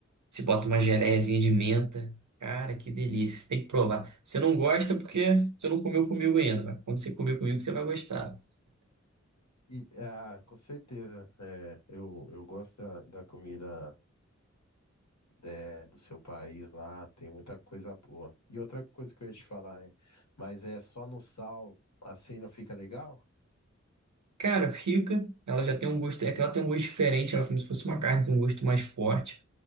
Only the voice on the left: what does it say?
E, ah, com certeza. É, eu, eu gosto da, da comida de- do seu país lá, tem muita coisa boa. E outra coisa que eu ia te falar é, mas é só no sal, assim não fica legal?